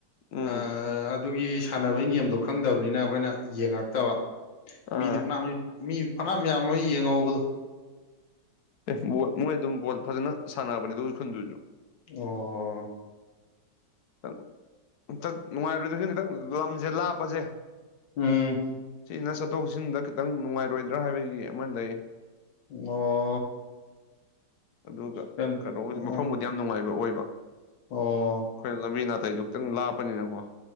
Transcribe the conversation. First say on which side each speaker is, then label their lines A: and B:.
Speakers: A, on the left (about 65°); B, on the left (about 80°).
A: ꯎꯝ
B: ꯑꯥ ꯑꯗꯨꯒꯤ ꯁꯥꯟꯅꯕꯒꯤ ꯅꯤꯌꯝꯗꯣ ꯈꯪꯗꯕꯅꯤꯅ ꯑꯩꯈꯣꯏꯅ ꯌꯦꯡꯉꯛꯇꯕ
A: ꯑꯥ
B: ꯃꯤꯗꯤ ꯐꯅꯥꯝ ꯃꯤꯗꯤ ꯐꯅꯥꯌꯥꯝ ꯌꯥꯝꯃꯦ ꯌꯦꯡꯉꯧꯕꯗꯣ
A: ꯑꯦ ꯕꯣꯜ ꯃꯣꯏ ꯑꯗꯨꯝ ꯕꯣꯜ ꯐꯖꯅ ꯁꯥꯟꯅꯕꯅꯦ ꯑꯗꯨ ꯈꯨꯟꯗꯨꯁꯨ
B: ꯑꯣ
A: ꯈꯤꯇꯪ ꯑꯃꯇꯪ ꯅꯨꯡꯉꯥꯏꯕꯁꯦ ꯈꯤꯇꯪ ꯂꯝꯁꯦ ꯂꯥꯞꯄꯁꯦ
B: ꯎꯝ
A: ꯁꯤꯖꯤꯅ ꯆꯠꯊꯣꯛ ꯆꯠꯁꯤꯟꯗ ꯈꯤꯇꯪ ꯅꯨꯡꯉꯥꯏꯔꯣꯏꯗ꯭ꯔꯥ ꯍꯥꯏꯕꯒꯤ ꯑꯃ ꯂꯩ
B: ꯑꯣ
A: ꯑꯗꯨꯒ
B: ꯀꯩꯅꯣ
A: ꯀꯩꯅꯣꯕꯨꯗꯤ
B: ꯑ,
A: ꯃꯐꯝꯕꯨꯗꯤ ꯌꯥꯝ ꯅꯨꯡꯉꯥꯏꯕ ꯑꯣꯏꯕ
B: ꯑꯣ
A: ꯑꯩꯈꯣꯏ ꯂꯝꯕꯤ ꯅꯥꯇꯩꯗꯨ ꯈꯤꯇꯪ ꯂꯥꯞꯄꯅꯤꯅꯀꯣ ꯑ